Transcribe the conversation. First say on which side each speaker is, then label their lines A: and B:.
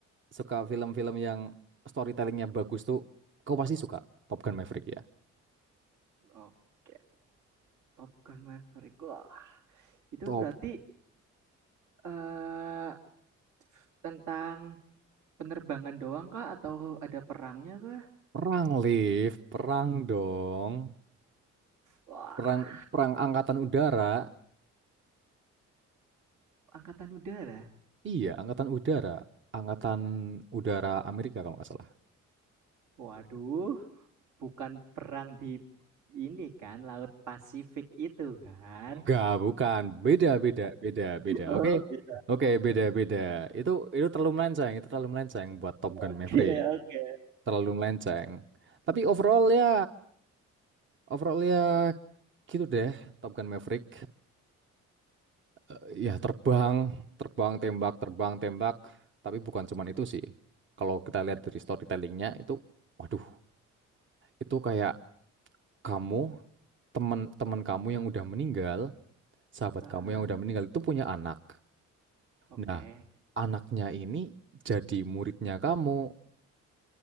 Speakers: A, on the right (about 40°); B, on the right (about 75°).
A: suka film-film yang storytellingnya bagus tuh, kau pasti suka Top Gun Maverick ya.
B: Oke, Top Gun Maverick. Wah, itu
A: Top
B: berarti, eee Tentang penerbangan doang kah atau ada perangnya kah?
A: Perang, Liv. Perang dong.
B: Wah,
A: perang perang angkatan udara
B: angkatan udara.
A: iya angkatan udara angkatan udara Amerika kalau nggak salah
B: Waduh, bukan perang di ini kan, Laut Pasifik itu kan?
A: Enggak, bukan beda beda beda beda
B: Oh,
A: oke
B: gitu.
A: oke
B: Oke.
A: beda beda itu itu terlalu melenceng itu terlalu melenceng buat Top Gun
B: Oke,
A: Maverick
B: oke.
A: terlalu melenceng tapi overall ya overall ya gitu deh Top Gun Maverick Eh, ya terbang terbang tembak terbang tembak tapi bukan cuman itu sih kalau kita lihat dari storytellingnya itu waduh itu kayak kamu teman teman kamu yang udah meninggal, sahabat
B: Heeh,
A: kamu yang udah meninggal itu punya anak.
B: oke.
A: Nah, anaknya ini jadi muridnya kamu.